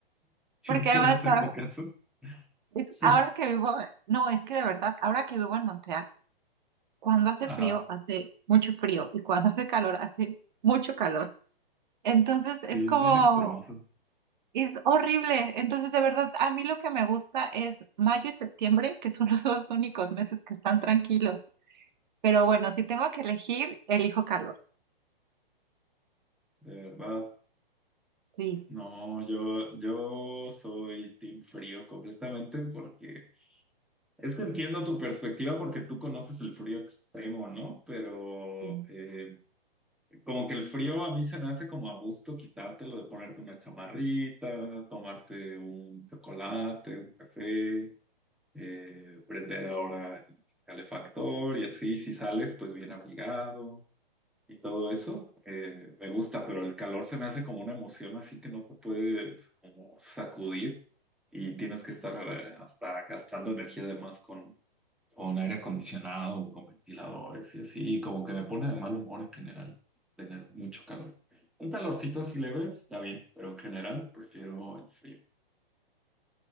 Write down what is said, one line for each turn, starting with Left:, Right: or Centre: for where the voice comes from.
Centre: Team
Right: porque
Centre: calor
Right: además, ¿sabes?
Centre: en tu caso.
Right: Es,
Centre: <laughs>
Right: ahora que vivo, no, es que de verdad, ahora que vivo en Montreal, cuando hace
Centre: Ajá.
Right: frío, hace mucho frío y cuando hace calor, hace mucho calor. Entonces
Centre: Sí,
Right: es como,
Centre: es bien extremoso.
Right: Es horrible. Entonces, de verdad, a mí lo que me gusta es mayo y septiembre, que son <laughs> los dos únicos meses que están tranquilos. Pero bueno, si tengo que elegir, elijo calor.
Centre: De verdad.
Right: Sí.
Centre: No, yo, yo soy team frío completamente porque es que entiendo tu perspectiva porque tú conoces el frío extremo, ¿no? Pero
Right: Sí,
Centre: eh, como que el frío a mí se me hace como a gusto quitártelo de ponerte una chamarrita, tomarte un chocolate, un café, eh, prender ahora el calefactor y así, si sales pues bien abrigado y todo eso, eh, me gusta, pero el calor se me hace como una emoción así que no te puedes como sacudir y tienes que estar eh, hasta gastando energía de más con, con aire acondicionado, con ventiladores y así, y como que me pone de mal humor en general tener mucho calor. Un calorcito así leve pues, está bien, pero en general prefiero el frío.